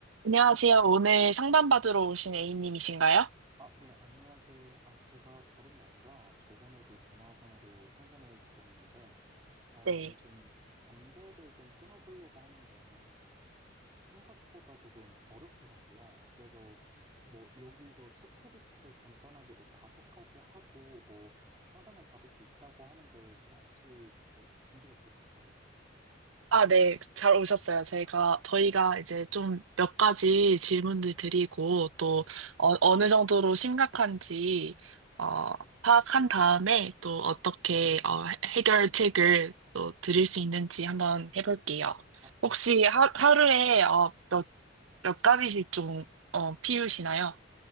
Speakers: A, on the right; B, on the right.
A: 안녕하세요. 오늘 상담받으러 오신 A님이신가요?
B: 아, 네, 안녕하세요. 아니, 제가 다름이 아니라 저번에도 전화상으로 상담을 드렸는데, 어,
A: 네.
B: 요즘 담배를 좀 끊어보려고 하는데, 생각보다 조금 어렵더라고요. 그래서 뭐 여기서 체크리스트 간단하게 뭐 다섯 가지 하고 뭐 상담을 받을 수 있다고 하는데, 혹시 네, 준비가 돼 있을까요?
A: 아, 네. 잘 오셨어요. 제가, 저희가 이제 좀 몇 가지 질문들 드리고 또
B: 네.
A: 어, 느 정도로 심각한지 어, 파악한 다음에 또 어떻게 어, 해- 해결책을 또 드릴 수 있는지 한번 해볼게요.
B: 아, 네.
A: 혹시 하, 하루에 어, 몇, 몇 가지씩 좀 어, 피우시나요?